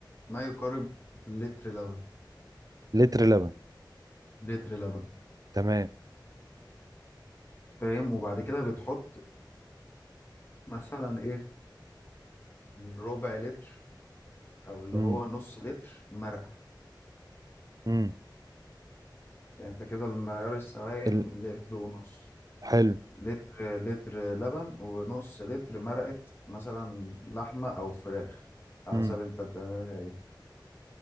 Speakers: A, on the left; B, on the right.
A: ما يقارب لتر لبن
B: لتر لبن
A: لتر لبن
B: تمام
A: فاهم وبعد كده بتحط مثلا ايه ربع لتر او اللي
B: امم
A: هو نص لتر مرقه
B: امم
A: يعني انت كده المعيار السوائل
B: ال...
A: لتر ونص
B: حلو
A: لتر لتر لبن ونص لتر مرقه مثلا لحمه او فراخ على
B: امم
A: حسب انت بتعملها ايه